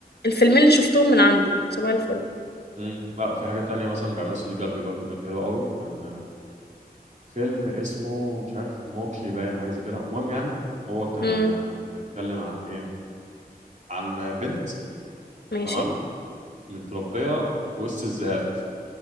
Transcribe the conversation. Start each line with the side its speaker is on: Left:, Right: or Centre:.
Left: الفيلمين اللي شفتهم من عنده صباح الفل
Right: م. لا في حاجة تانية مثلا بيعملها صودي قلبي برضو كانت حلوة قوي كان فيلم اسمه مش عارف موكلي باين حاجة زي كده المهم يعني هو كان
Left: امم
Right: آه، اتكلم عن ايه عن آه، بنت
Left: ماشي
Right: تمام متربية وسط الذئاب